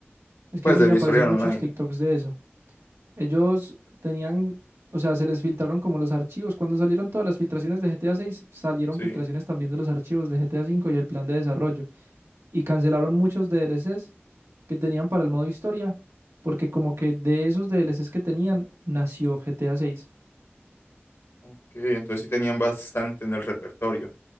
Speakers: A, on the right; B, on the left.
A: es que
B: Pues
A: a mí
B: del
A: me aparecen
B: historial
A: muchos
B: online.
A: TikToks de eso. Ellos tenían, o sea, se les filtraron como los archivos. Cuando salieron todas las filtraciones de GTA 6, salieron
B: Sí.
A: filtraciones también de los archivos de GTA 5 y el plan de desarrollo. Y cancelaron muchos DLCs que tenían para el modo historia, porque como que de esos DLCs que tenían, nació GTA 6.
B: Ok, entonces sí tenían bastante en el repertorio.